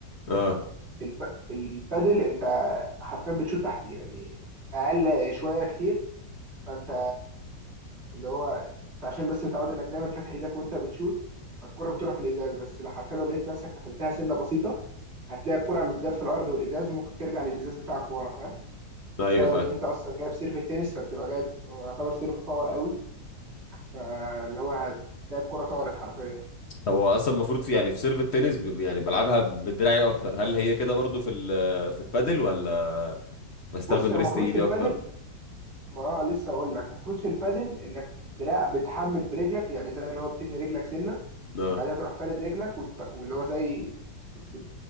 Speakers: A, on the left; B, on the right.
A: اه
B: في الب... في البادل انت حرفيا بتشوط تحت يعني اقل شويه كتير فانت اللي هو انت عشان بس متعود انك دايما فاتح ايدك وانت بتشوت فالكرة بتروح في الازاز بس لو حرفيا لو لقيت نفسك قفلتها سنه بسيطه هتلاقي الكرة متجات في الارض والازاز وممكن ترجع للازاز بتاعك ورا فاهم
A: ايوه
B: بسبب
A: فاهم
B: ان انت اصلا جايب سيرف التنس فبتبقى جايب هو يعتبر سيرف باور قوي فاللي هو هتلاقي الكرة طارت حرفيا
A: طب هو اصلا المفروض في يعني في سيرف التنس ب- يعني بلعبها بدراعي اكتر هل هي كده برضو في ال- في البادل ولا بستخدم
B: بص هي
A: ريست
B: المفروض
A: ايدي
B: في البادل
A: اكتر
B: ما لسه اقول لك المفروض في البادل انك دراع بتحمل برجلك يعني زي اللي هو بتتني رجلك سنه
A: اه
B: بعدها تروح فارد رجلك وت- واللي هو زي بت...